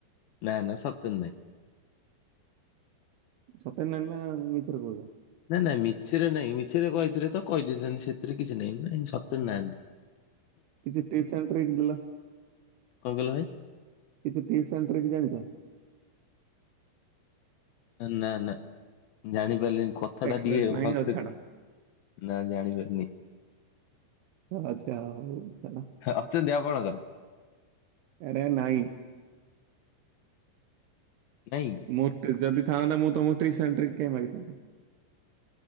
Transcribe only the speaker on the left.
ନା ନା ସତରେ ନାହିଁ
ନା ନା ମିଛରେ ନାହିଁ ମିଛରେ କହିଥିଲେ ତ କହିଦେଇଥାନ୍ତି ସେଥିରେ କିଛି ନାହିଁ ସତରେ ନାହାନ୍ତି
କଣ କଇଲ ଭାଇ
ନା ନା ଜାଣିପାରିଲିନି କଥା
ଟା ଟିକେ
ଭଲ
ସେ
ନା ଜାଣିପାରିନି
ଅଛନ୍ତି ଆପଣଙ୍କର
ନାଇଁ